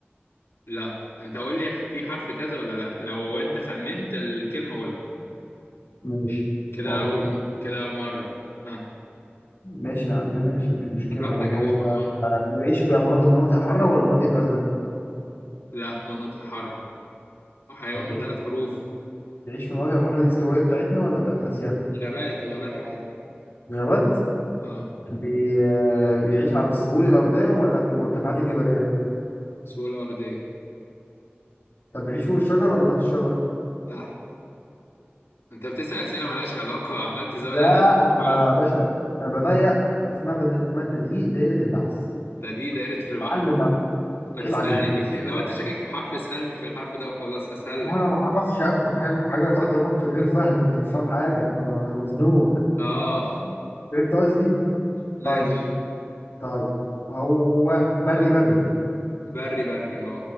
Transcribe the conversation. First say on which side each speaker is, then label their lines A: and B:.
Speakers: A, on the left; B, on the left.
A: لا انت قول لي في حرف كذا ولا لا لو انت خمنت الكلمة قولها
B: ماشي
A: كده
B: اقول
A: اول
B: لك
A: م... كده اول مرة ها
B: ماشي يا عم ماشي مش مشكله
A: براحتك
B: طب هو
A: يا باشا خد وقت
B: بيعيش في مناطق مناطق حاره ولا مناطق بارده
A: لا مناطق حر وحيوان
B: طب بيعيش
A: من ثلاث حروف
B: بيعيش في مناطق الحاره الاستوائيه بتاعتنا ولا بتاعت اسيا
A: غابات غابات عادي
B: غابات
A: اه
B: طب بي... بيعيش على السهول الارضيه ولا في المرتفعات الجبليه
A: سهولة أرضية
B: طب بيعيش فوق الشجر ولا تحت الشجر
A: تحت انت بتسأل أسئلة مالهاش علاقة وعمال تزود
B: لا
A: على نفسك
B: انا
A: غلط
B: يا باشا انا بضيق اسمها بد... اسمها تضييق دائره البحث
A: ده دي دايرة البحر
B: اتعلم بقى اتعيب
A: ما تسألني
B: عليك
A: <laughs> لو انت شاكك في حرف اسألني في الحرف ده وخلاص اسهل
B: وانا
A: لك
B: ما اعرفش اكتر حاجه حاجه ثلاث حروف اكتر غير فهد انت مش فاهم حاجه انا أنا مزنوق
A: اه
B: فهمت قصدي
A: ماشي
B: طيب طيب هو بري بري
A: بري بري اه